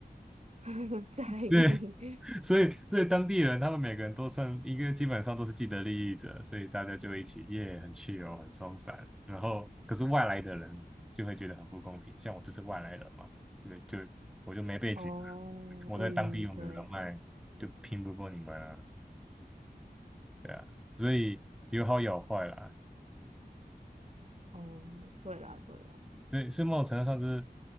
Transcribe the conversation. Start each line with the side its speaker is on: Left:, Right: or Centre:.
Right: <laughs> 在意。
Centre: 对，所以所以当地人他们每个人都算一个，基本上都是既得利益者，所以大家就一起耶，很 chill，很松散。然后可是外来的人就会觉得很不公平，像我就是外来人嘛，就就我就没背景，
Right: 哦，
Centre: 我在当地又没有人脉，
Right: 嗯，对，
Centre: 就拼不过你们啊，对啊，所以有好有坏啦。
Right: 哦，对啦，对啦，
Centre: 对，是某种程度上就是，